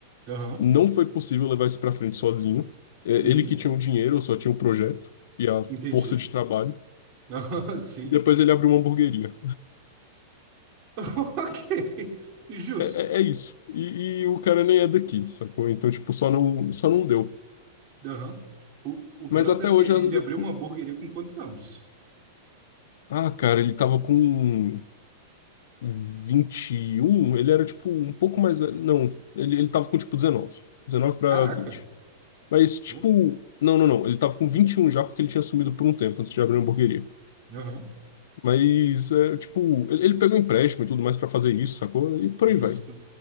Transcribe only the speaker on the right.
aham,
uhum,
entendi.
Aham, <laughs> sim.
<laughs> Ok, justo.
Aham. O, o brother,
ele,
ele
abriu
uma hamburgueria com quantos anos?
Caraca.
Oh,
Aham,
justo.